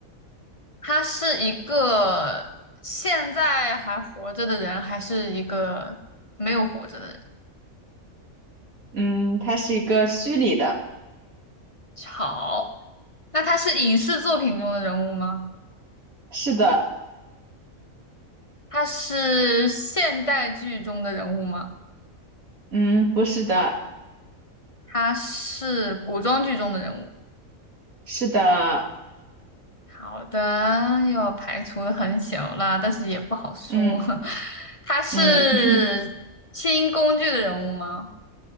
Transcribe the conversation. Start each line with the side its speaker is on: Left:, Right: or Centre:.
Left: 它是一个现在还活着的人，还是一个没有活着的人？
Right: 嗯，他是一个虚拟的，
Left: 好，那他是影视作品中的人物吗？
Right: 是的，
Left: 他是现代剧中的人物吗？
Right: 嗯，不是的，
Left: 他是古装剧中的人物。
Right: 是的，
Left: 好的，又要排除的很小了，但是也不好说。
Right: 嗯
Left: <laughs> 他是清宫剧的人物吗？
Right: 嗯 <laughs>